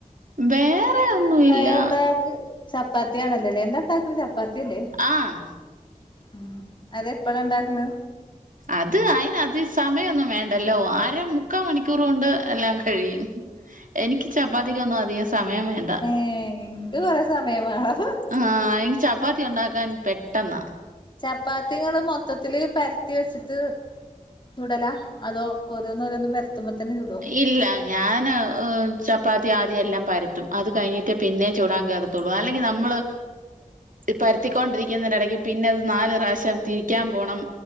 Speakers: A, on the right; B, on the left.
A: വേറെ ഒന്നുമില്ല
B: വേറെ എന്താത് ചപ്പാത്തിയാണല്ലോല്ലേ എന്താ ഉണ്ടാക്കണ ചപ്പാത്തിയല്ലേ
A: ആഹ്
B: ഉ അതെപ്പോഴ ഉണ്ടാക്കുന്നു
A: അത് അയിന് അതി സമയൊന്നും വേണ്ടല്ലോ ആര മുക്കാ മണിക്കൂർ കൊണ്ട് എല്ലാം കഴിയും എനിക്ക് ചപ്പാത്തി കൊന്നും അധികം സമയം വേണ്ട
B: ഏളൻക്ക് കൊറെ സമയംമാണം
A: ആ എനിക്ക് ചപ്പാത്തി ഉണ്ടാക്കാൻ പെട്ടെന്നാ
B: ചപ്പാത്തിങ്ങള്മൊത്തത്തില് പരത്തി വെച്ചിട്ട് തുടലാ അതോ ഓരോന്ന രോന്നും പ തുമ്പം തന്നെ ചുടോ
A: ഇല്ല ഞാൻ ചപ്പാത്തി ആദ്യംല്ലാം പരത്തും അത് കഴിഞ്ഞിട്ടേ പിന്നെ ചൂടാൻ കയറത്തുള്ളൂ അല്ലെങ്കിൽ നമ്മൾ പരത്തിക്കൊണ്ടിരിക്കുന്നതിൻ്റെടയ്ക്ക് പിന്നെത് നാല് പ്രാവശ്യം തിരിക്കാൻ പോണം